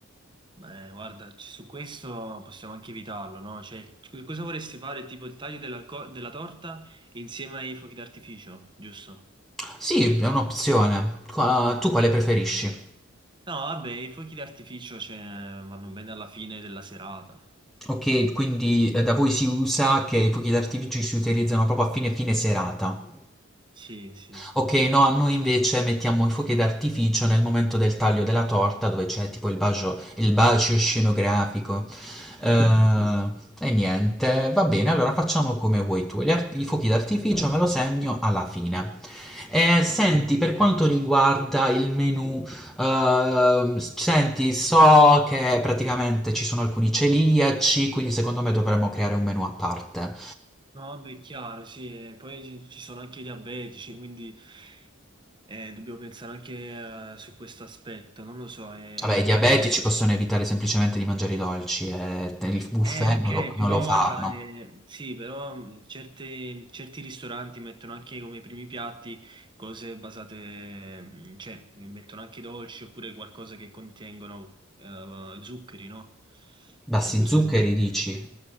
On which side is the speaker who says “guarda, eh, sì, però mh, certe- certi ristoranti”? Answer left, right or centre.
Right